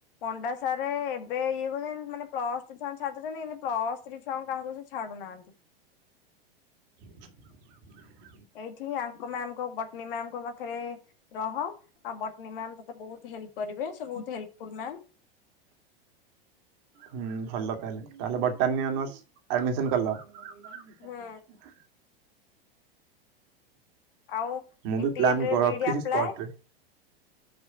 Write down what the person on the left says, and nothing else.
ପଣ୍ଡା ସାରେ। ଏବେ ଇଏ କହୁଛନ୍ତି ମାନେ ପ୍ଲସ ଟୁ ଛୁଆଙ୍କୁ ଛାଡୁଛନ୍ତି ମାନେ ପ୍ଲସ୍ ଥ୍ରୀ ଛୁଆଙ୍କୁ କାହାକୁ ସେ ଛାଡୁନାହାନ୍ତି।
ଏଇଠି ଆଙ୍କ ମ୍ୟାମ୍ ବଟନୀ ମ୍ୟାାମଙ୍କ ପାଖରେ ରହ ଆଉ ବଟନୀ ମ୍ୟାମ ତତେ ବହୁତ। ହେଲ୍ପ କରିବେ ସେ ବହୁତ ହେଲ୍ଫ ଫୁଲ ମ୍ୟାମ।
ହୁଁ ଆଉ
ଇଣ୍ଟିଗ୍ରେଟରେ
ବିଇଡି ଆପ୍ଲାଏ